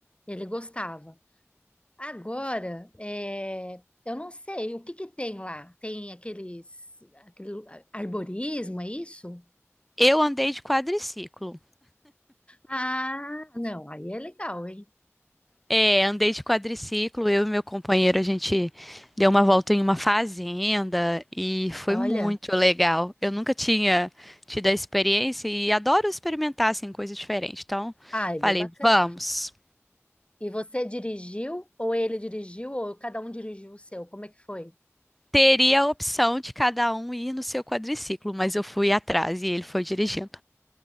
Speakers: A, on the left; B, in the centre.
A: Ele gostava. Agora, é, eu não sei o que que tem lá. Tem aqueles, aquele arborismo, é isso?
B: Eu andei de quadriciclo.
A: Ah, não, aí é legal, hein?
B: É, andei de quadriciclo, eu e meu companheiro, a gente deu uma volta em uma fazenda e foi
A: Olha,
B: muito legal. Eu nunca tinha tido a experiência e adoro experimentar assim, coisas diferentes. Então,
A: ah, é bem
B: falei,
A: bacana.
B: vamos.
A: E você dirigiu, ou ele dirigiu, ou cada um dirigiu o seu? Como é que foi?
B: Teria a opção de cada um ir no seu quadriciclo, mas eu fui atrás e ele foi dirigindo.